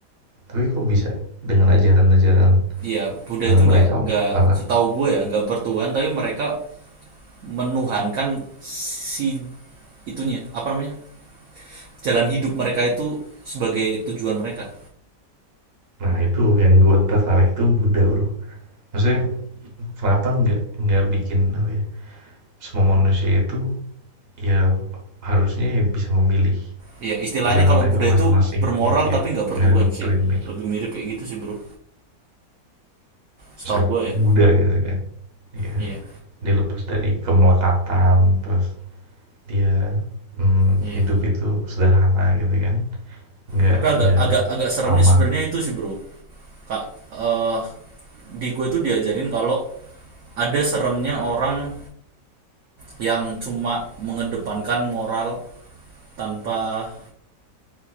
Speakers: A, on the right; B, on the right.
A: tapi kok bisa dengan ajaran-ajaran
B: iya Buddha
A: eh,
B: itu nggak
A: mereka
B: nggak
A: malah.
B: setahu gue ya nggak bertuhan tapi mereka menuhankan si itunya apa namanya jalan hidup mereka itu sebagai tujuan mereka
A: Nah, itu yang gue tertarik tuh Buddha, bro. Maksudnya kenapa nggak nggak bikin apa ya? Semua manusia itu ya harusnya ya bisa memilih
B: iya istilahnya
A: jalan
B: kalau
A: agama
B: Buddha itu
A: masing-masing
B: bermoral
A: gitu
B: tapi
A: ya.
B: nggak bertuhan
A: Nggak ada doktrin
B: sih
A: gitu.
B: lebih mirip kayak gitu sih bro setahu
A: Saya
B: gue ya
A: Buddha gitu kan. Ya,
B: iya
A: dia lepas dari kemelekatan, terus dia hmm,
B: iya
A: hidup itu sederhana gitu kan. Nggak
B: tapi agak
A: nggak
B: agak agak seremnya
A: sama
B: sebenarnya itu sih bro kak eh, di gue tuh diajarin kalau ada seremnya orang yang cuma mengedepankan moral tanpa